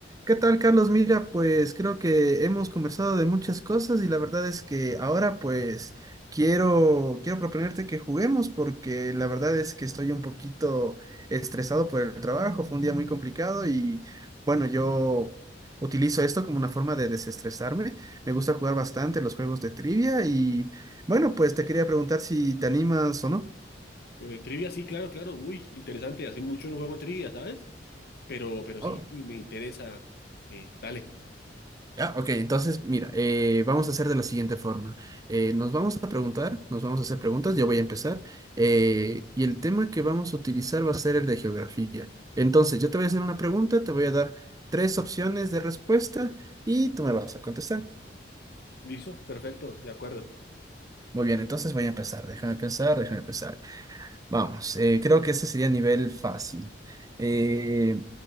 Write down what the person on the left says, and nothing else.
Eh, trivia, sí, claro, claro. Uy, interesante. Hace mucho no juego trivia, ¿sabes? Pero, pero sí,
sí, me interesa. Eh, dale.
¿Listo? Perfecto, de acuerdo.